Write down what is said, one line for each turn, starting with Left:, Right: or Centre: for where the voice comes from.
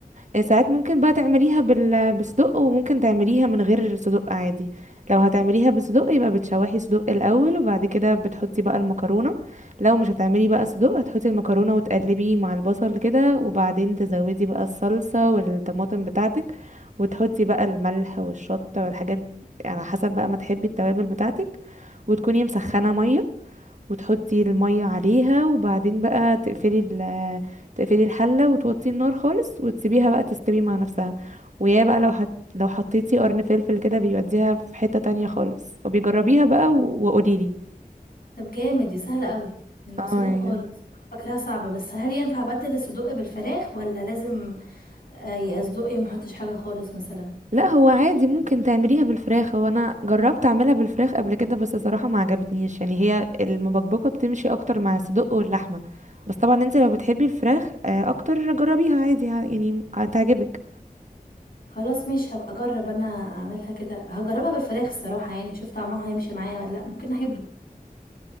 Right: آه، ساعات ممكن بقى تعمليها بال... بالصدق وممكن تعمليها من غير صدق عادي لو هتعمليها بالصدق يبقى بتشوحي صدق الاول وبعد كده بتحطي بقى المكرونه لو مش هتعملي بقى صدق هتحطي المكرونه وتقلبي مع البصل كده وبعدين تزودي بقى الصلصه والطماطم بتاعتك وتحطي بقى الملح والشطه والحاجات على حسب بقى ما تحبي التوابل بتاعتك وتكوني مسخنه ميه وتحطي المية عليها وبعدين بقى تقفلي ال تقفلي الحلة وتوطي النار خالص وتسيبيها بقى تستوي مع نفسها ويا بقى لو حت... لو حطيتي قرن فلفل كده بيوديها في حتة تانية خالص وبيجربيها بقى و... وقوليلي
Left: طب جامد دي سهله قوي دي بسيطه
Right: اه يعني
Left: خالص كنت فاكراها صعبه بس هل ينفع ابدل الصدق بالفراخ ولا لازم آه، يا اصدقائي ما احطش حاجه خالص مثلا
Right: لا هو عادي ممكن تعمليها بالفراخ هو انا جربت اعملها بالفراخ قبل كده بس صراحة ما عجبتنيش يعني هي المبكبكة بتمشي اكتر مع الصدق واللحمة بس طبعا انت لو بتحبي الفراخ آه، اكتر جربيها عادي يعني هتعجبك
Left: خلاص مش هبقى اجرب انا اعملها كده هجربها بالفراخ الصراحه يعني اشوف طعمها هيمشي معايا ولا لا ممكن احبه